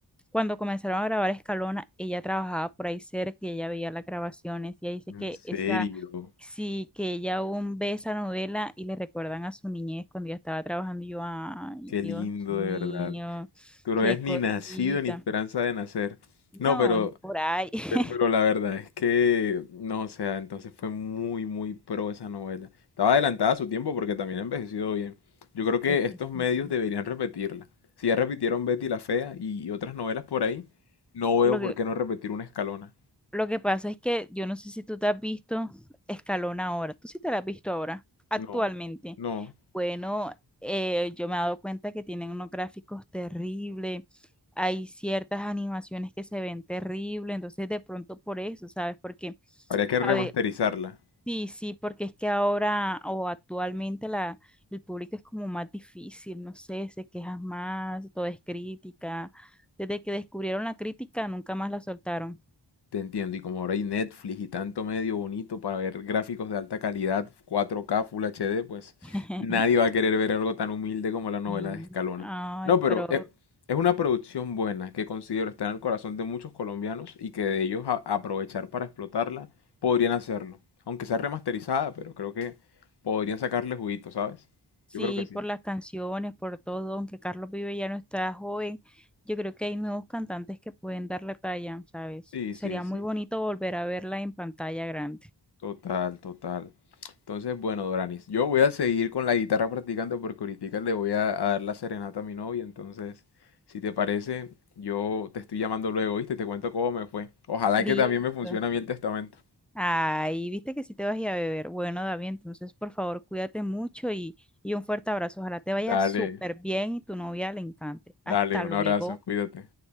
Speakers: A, in the centre; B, on the left.
A: cuando comenzaron a grabar Escalona, ella trabajaba por ahí cerca y ella veía las grabaciones. Y ella dice
B: En
A: que
B: serio.
A: ese Sí, que ella aún ve esa novela y le recuerdan a su niñez cuando ella estaba trabajando. y Yo, ay,
B: Qué lindo,
A: Dios mío,
B: de verdad. Tú no
A: qué
B: habías ni
A: cosita.
B: nacido ni esperanza de nacer. No,
A: No,
B: pero,
A: ni por ahí. <laughs>
B: pero, pero la verdad es que, no, o sea, entonces fue muy, muy pro esa novela. Estaba adelantada a su tiempo porque también ha envejecido bien. Yo creo que
A: Es que
B: estos
A: sí.
B: medios deberían repetirla. Si ya repitieron Betty la Fea y otras novelas por ahí, no veo
A: Lo que,
B: por qué no repetir una Escalona.
A: lo que pasa es que yo no sé si tú te has visto Escalón ahora. Tú sí te la has visto ahora, actualmente.
B: No, no.
A: Bueno, eh, yo me he dado cuenta que tienen unos gráficos terribles. Hay ciertas animaciones que se ven terribles. Entonces, de pronto por eso, ¿sabes? Porque.
B: Habría que remasterizarla.
A: a ve- Sí, sí, porque es que ahora o actualmente la, el público es como más difícil, no sé, se quejan más, todo es crítica. Desde que descubrieron la crítica, nunca más la soltaron.
B: Te entiendo, y como ahora hay Netflix y tanto medio bonito para ver gráficos de alta calidad, 4K, Full HD, pues
A: <laughs>
B: nadie va a querer ver algo tan humilde como la novela
A: Y,
B: de Escalona.
A: ay,
B: No, pero
A: pero
B: es, es una producción buena que considero estar en el corazón de muchos colombianos y que de ellos a- aprovechar para explotarla podrían hacerlo. Aunque sea remasterizada, pero creo que podrían sacarle juguito, ¿sabes?
A: sí,
B: Yo creo que sí.
A: por las canciones, por todo, aunque Carlos Vive ya no está joven, yo creo que hay nuevos cantantes que pueden dar la talla, ¿sabes?
B: Sí,
A: Sería
B: sí, sí.
A: muy bonito volver a verla en pantalla grande.
B: Total, total. Entonces, bueno, Doranis, yo voy a seguir con la guitarra practicando porque ahorita le voy a, a dar la serenata a mi novia. Entonces, si te parece, yo te estoy llamando luego, ¿viste? Te cuento cómo me fue. Ojalá
A: Listo.
B: que también me funcione a mí el testamento.
A: Ay, viste que sí te vas a ir a beber. Bueno, David, entonces por favor cuídate mucho y, y un fuerte abrazo. Ojalá te vaya
B: Dale,
A: súper bien y tu novia le encante. Hasta
B: dale, un
A: luego.
B: abrazo, cuídate.